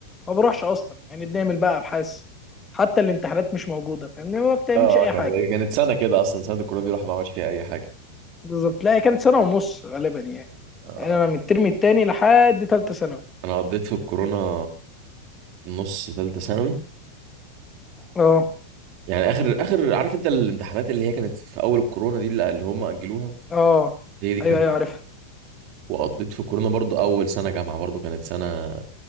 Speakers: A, on the left; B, on the right.
A: ما بروحش اصلا يعني بنعمل بقى ابحاث حتى الامتحانات مش موجوده فاهمني ما بتعملش
B: اه
A: اي
B: آه،
A: حاجه
B: يعني كانت سنه كده اصلا سنه الكورونا دي الواحد ما عملش فيها اي حاجه
A: بالظبط لا هي كانت سنه ونص غالبا يعني
B: آه
A: يعني انا من الترم التاني لحد تالتة ثانوي
B: انا قضيت في الكورونا نص ثالثه ثانوي
A: اه
B: يعني اخر اخر عارف انت الامتحانات اللي هي كانت في اول الكورونا دي اللي اللي هم اجلوها
A: اه
B: هي دي كانت
A: ايوه ايوه عارفها
B: وقضيت في الكورونا برضو اول سنه جامعه برضو كانت سنه